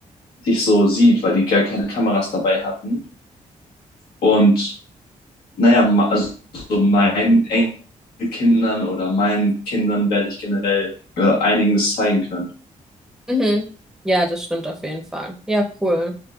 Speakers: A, on the left; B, in the centre.
A: nicht so sieht, weil die gar keine Kameras dabei hatten. Und naja, ma- also so meinen Enkelkindern oder meinen Kindern werde ich generell äh, einiges zeigen können.
B: Mhm. Ja, das stimmt auf jeden Fall. Ja, cool.